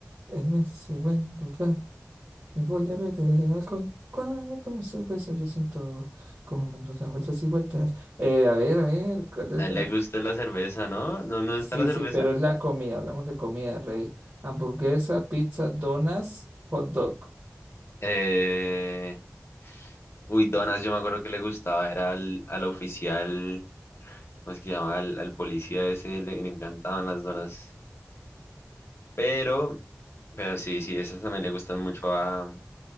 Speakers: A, on the right; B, on the left.
A: en ese buen lugar. Voy a beber alcohol. Cuando tomo cerveza, yo siento como el mundo da vueltas y vueltas. Eh, a ver, a ver, ¿cuál es
B: A él
A: la?
B: le gusta la cerveza, ¿no? ¿No, no
A: Sí,
B: está la cerveza?
A: sí, pero es la comida. Hablamos de comida, rey. Hamburguesa, pizza, donas, hot dog.
B: Eh... Uy, donas, yo me acuerdo que le gustaba, era al, al oficial, ¿cómo es que llama? Al, al policía ese, le, le encantaban las donas. Pero, pero sí, sí, esas también le gustan mucho a,